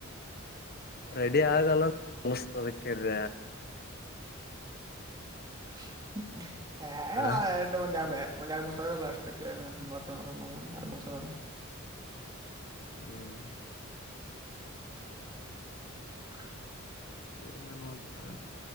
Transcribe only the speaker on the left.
ರೆಡಿ ಆಗಲ್ಲ ಅನಸ ತದಕ್ಕ ದ
ಹ
ಹ್ಮ.
ಏನೇನೋ ಅಂತರ